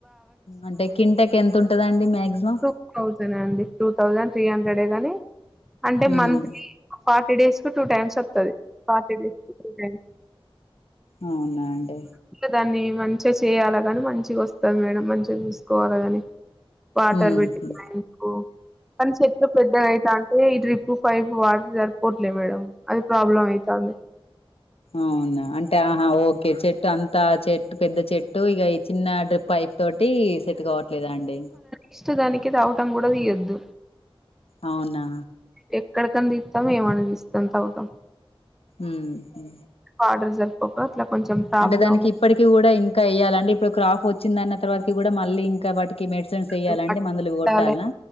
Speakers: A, on the left (about 80°); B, in the centre.
A: అంటే కింటెక్ ఎంత ఉంటదండి మాక్సిమం
B: టూ థౌజండ్ అండి టూ థౌజండ్ త్రీ హండ్రెడ్ ఏ గాని అంటే
A: ఉమ్
B: మంత్లీ ఫార్టీ డేస్ కు టూ టైమ్స్ వస్తది ఫార్టీ డేస్ కి టూ టైమ్స్
A: అవునా అండి
B: ఇంకా దాన్ని మంచిగా చేయ్యాలా గాని మంచిగా వస్తంది మేడం మంచిగా చూసుకోవాలా గాని వాటర్
A: ఉహు
B: బెట్టి టైమ్ కూ కానీ చెట్లు పెద్దగా అయిత అంటే ఈ డ్రిప్ పైప్ వాట సరిపోవట్లే మేడం అది ప్రాబ్లమ్ అవుతుంది
A: అవునా అంటే ఆహా ఓకే చెట్టు అంత చెట్టు పెద్ద చెట్టు ఇక ఈ చిన్న డ్రిప్ అయిపో తోటి సెట్ కావట్లేదా అండి
B: ఇష్ట దానికి తవటం కూడా తీయద్దు
A: అవునా
B: ఎక్కడికని దీతం ఏమనిదిస్తాం తవతాం
A: ఊహు
B: ఆర్డర్ జరిపోక ఇట్లా కొంచెం ప్రాబ్లం
A: అంటే దానికి ఇప్పటికిీ కూడా ఇంకా వెయ్యాల అంటే ఇప్పుడు క్రాఫ్ వచ్చి అన్న తర్వాతకి కూడా మళ్ళీ ఇంకా వాటికి మెడిసిన్స్ ఏయ్యాలండి
B: పెట్టాలి
A: మందులు కొట్టాల్నా